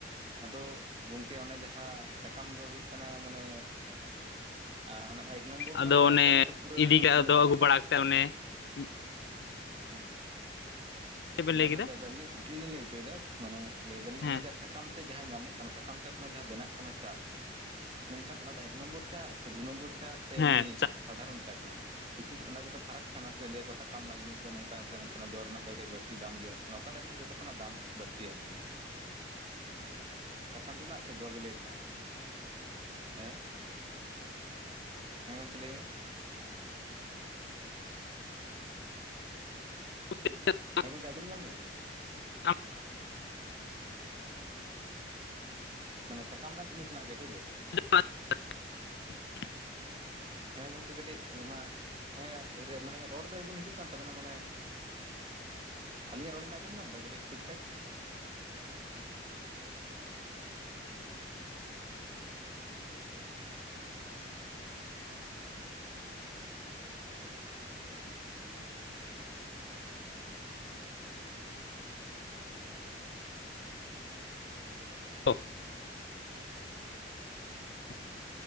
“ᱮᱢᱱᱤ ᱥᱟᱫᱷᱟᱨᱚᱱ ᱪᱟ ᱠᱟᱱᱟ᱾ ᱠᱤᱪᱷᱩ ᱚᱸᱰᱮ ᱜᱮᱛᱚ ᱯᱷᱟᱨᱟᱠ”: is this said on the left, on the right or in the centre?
Right